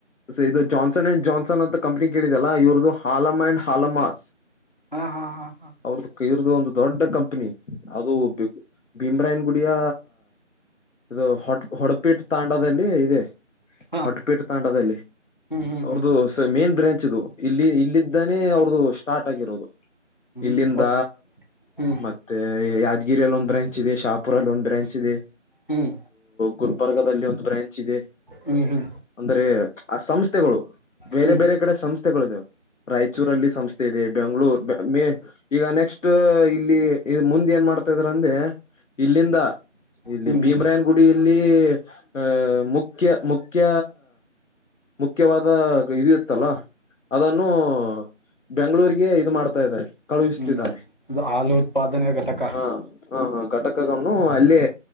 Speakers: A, on the left; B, on the left.
A: ಇದು ಜಾನ್ಸನ್ ಅಂಡ್ ಜಾನ್ಸನ್ ಅಂತ ಕಂಪ್ನಿ ಕೇಳಿದೆ ಅಲ್ಲ ಇವ್ರ್ದ ಹಾಲಮ ಅಂಡ್ ಹಾಲಮಾಸ್
B: ಹಾ ಹಾ ಹಾ ಹಾ
A: ಅವ್ರದ್ದು ಒಂದು ದೊಡ್ಡ ಕಂಪನಿ ಅದು ಭೀಮ್ರಾಯನ್ ಗುಡಿಯ ಇದು ಹೊ ಹೊಡಪಿಟ್ ತಾಂಡದಲ್ಲಿ ಇದೆ
B: ಹಾಂ
A: ಹೊಟಪೇಟೆ ತಾಂಡದಲ್ಲಿ
B: ಹಾಂ ಹಾಂ
A: ಅವ್ರದುು
B: ಹ್ಞೂ ಹ್ಞೂ ಹ್ಞೂ ಹ್ಞೂ
A: ಮೇನ್ ಬ್ರಾಂಚ್ ಇಲ್ಲಿ ಇಲ್ಲಿ ಇದಾನೆ ಅವ್ರದು ಸ್ಟಾರ್ಟ್ ಆಗಿರೋದು ಇಲ್ಲಿಂದ
B: ಹ್ಞೂ ಒತ್ ಹ್ಞೂ
A: ಮತ್ತೆ ಯ ಯಾದಗಿರಿಯಲ್ಲಿ ಒಂದು ಬ್ರಂಚ್ದೆ ಶಾಪುರಲ್ಲಿ ಒಂದು ಬ್ರಾಂಚ್ ಇದೆ
B: ಹ್ಮ್
A: ಗುಲ್ಬರ್ಗಲ್ಲಿ ಒಂದು ಬ್ರಾಂಚ್ ಇದೆ
B: ಹ್ಞೂ ಹ್ಞೂ
A: ಅಂದರೆ ಆ ಸಂಸ್ಥೆಗಳು ಬೇರೆ
B: ಹ್ಞೂ ಹ್ಞೂ
A: ಬೇರೆ ಕಡೆ ಸಂಸ್ ಸಂಸ್ಥೆಗಳುವು ರಾಯಚೂರಲ್ಲಿ ಸಂಸ್ಥೆ ಇದೆ ಬೆಂಗ್ಗಳೂರ್ ಮ ಈಗ ನೆಕ್ಸ್ಟ್ ಇಲ್ಲಿ ಮುಂದೆ ಏನ್ ಮಾಡ್ತ ಇಲ್ಲಿಂದ ಇಲ್ಲಿ
B: ಹ್ಞೂ
A: ಭೀಮ್ರಾಯನ್
B: ಹ್ಞೂ ಹ್ಞೂ
A: ಪುಡಿಯಲ್ಲಿ ಅಹ ಮುಖ್ಯ ಮುಖ್ಯ ಮುಖ್ಯವಾದ ಇದು ಇತ್ತಲ್ಲ ಅದನ್ನು ಬೆಂಗಗಳೂರಿಗೆ ಇದು ಮಾಡ್ತಾ ಇದ್ದಾರೆ ಕಳುಹಿಸ್ತಿದ್ದಾರೆ
B: ಹ್ಞೂ ಇದು ಹಾಲು ಉತ್ಪಾದನೆಯ ಘಟಕ ಹ್ಞೂ
A: ಹಾ ಹಾ ಹಾ ಘಟಕ್ ಕಗನು ಅಲ್ಲೇ